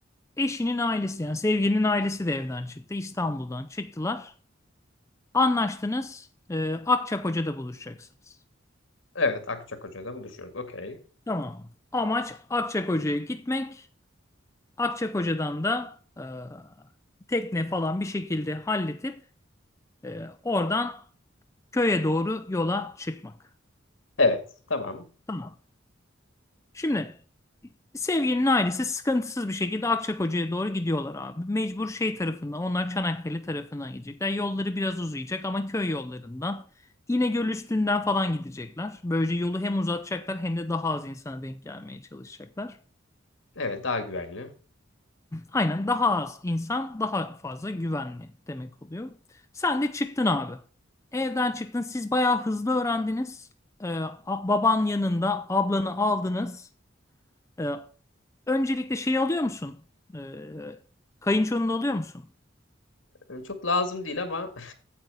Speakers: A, on the left (about 15°); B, on the left (about 70°).
A: Eşinin ailesi yani sevgilinin ailesi de evden çıktı. İstanbul'dan çıktılar. Anlaştınız. E, Akçakoca'da buluşacaksınız.
B: Evet Akçakoca'da buluşuyoruz. Okey.
A: Tamam. Amaç Akçakoca'ya gitmek. Akçakoca'dan da e, tekne falan bir şekilde halletip e, oradan köye doğru yola çıkmak.
B: Evet tamam.
A: Tamam. Şimdi sevgilinin ailesi sıkıntısız bir şekilde Akçakoca'ya doğru gidiyorlar abi. Mecbur şey tarafından onlar Çanakkale tarafından gidecekler. Yolları biraz uzayacak ama köy yollarından İnegöl üstünden falan gidecekler. Böylece yolu hem uzatacaklar hem de daha az insana denk gelmeye çalışacaklar.
B: Evet daha güvenli.
A: Aynen daha az insan daha fazla güvenli demek oluyor. Sen de çıktın abi. Evden çıktın. Siz bayağı hızlı öğrendiniz. Ee, a- baban yanında ablanı aldınız. Ee, öncelikle şeyi alıyor musun? Ee, kayınçonu da alıyor musun?
B: Ee, Çok lazım değil ama